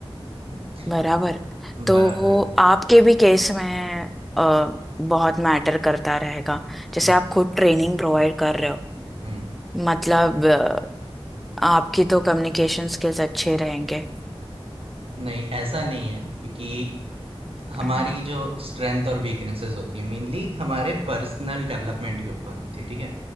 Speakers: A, on the right (about 65°); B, in the centre.
A: हम्म।
B: बराबर तो
A: बराबर है।
B: आपके भी केस में अ, बहुत मैटर करता रहेगा जैसे
A: हुँ,
B: आप खुद ट्रेनिंग प्रोवाइड कर रहे हो
A: हुँ।
B: मतलब अ, आपकी तो कम्युनिकेशन स्किल्स अच्छे रहेंगे
A: नहीं, ऐसा नहीं है क्योंकि हमारी
B: हाँ,
A: जो स्ट्रेंथ और वीकनेसेस होती है मेनली हमारे पर्सनल डेवलपमेंट के ऊपर होती है, ठीक है?